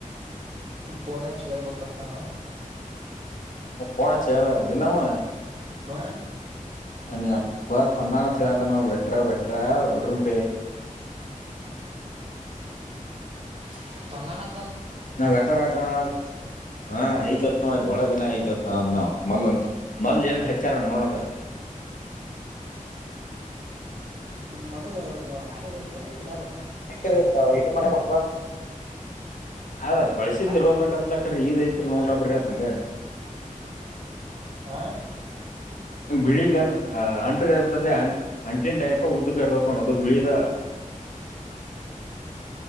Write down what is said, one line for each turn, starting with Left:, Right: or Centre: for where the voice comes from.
Right: ಪೋನಚ್ ಹೇಳ್ಬತ್ತಾನ
Left: ಪೋಣ ಚಿಯ ಇಲ್ಲಾಮ
Right: <unintelligible>
Left: ನೀಮ್ಮ್ ಅಪ್ಪ ತಂದನ <unintelligible> ವಟ್ರ ವಟ್ರ ಬೆಡ್ರೂಮ್ <unintelligible> <inaudible>
Right: <unintelligible>
Left: <unintelligible> ಹಾ ಐತ್ತ್ ನ ಒಳಗನ ಐತ್ತ್ ಮೊದ್ಲು ಮೊದ್ಲು ಏನ ಹಚ್ಚಾರ ನೋಡದ <inaudible>
Right: ಮೊದಲು <unintelligible>
Left: ಎಷ್ಟತ್ತು ಇನ್ ಮನೆ ಹೋಗ ಅದಾಗ ಬಳ್ಸಿದ್
Right: ಮತ್ತೆ
Left: ಇರಂದ್ರ ಕತ್ಲಕ್ರೀ ಇದ್ ಐತ ನೋಡ್ಲಬ್ರಿ ಅದ್ ಹಂಗ
Right: ಹಾ
Left: <unintelligible> ಹಾ ಅಂಟು ಕದಲ್ಲಿ ಅಂಟಿನ ಟೈಪ್ ಉದ್ದ ಇರತೈತಿ ನೋಡು ಅದು ಬಿಳಿದ <inaudible>